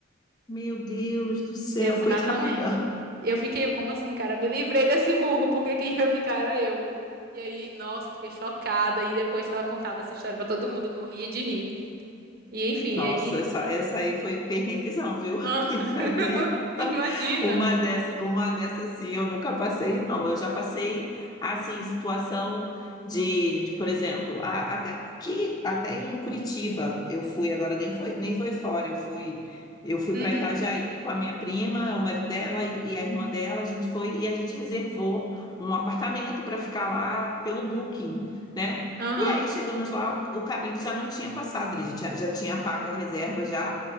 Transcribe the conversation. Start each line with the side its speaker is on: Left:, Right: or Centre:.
Left: Meu Deus do céu,
Right: Exatamente.
Left: <laughs> coitada.
Right: Eu fiquei, como assim, cara? Eu Me livrei desse murro, porque quem ia ficar era eu. E aí, nossa, eu fiquei chocada. E depois que ela contava essa história pra todo mundo, eu morria de rir. E enfim,
Left: Nossa,
Right: aí.
Left: essa, essa aí foi perrenguezão, viu? <laughs>
Right: Ah,
Left: Isso
Right: <laughs>
Left: aí.
Right: imagina!
Left: Uma dessa, uma dessas assim, eu nunca passei, não. Eu já passei assim, situação de, de, por exemplo, a- até que até em Curitiba eu fui agora, nem foi, nem foi fora, eu fui, eu fui
Right: Uhum.
Left: para Itajaí com a minha prima, o marido dela e e a irmã dela, a gente foi e a gente reservou um apartamento para ficar lá pelo Booking, né?
Right: Aham.
Left: E aí chegamos lá, o o cara ele já não tinha passado, ele já tinha, já tinha pago a reserva já.